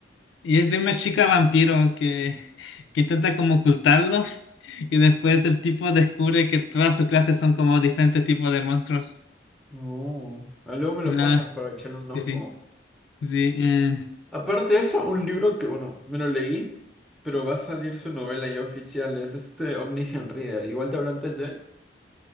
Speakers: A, on the left; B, in the centre.
A: y es de una chica vampiro que, que intenta como ocultarlo, <laughs> y después el tipo descubre que todas sus clases son como diferentes tipos de monstruos.
B: No, ah, luego me lo
A: Y nada,
B: pasas para echarle un
A: sí,
B: ojo.
A: sí, sí. eh,
B: Aparte de eso, un libro que, bueno, me lo leí, pero va a salir su novela ya oficial, es este Omniscient Reader. Igual te hablo antes de...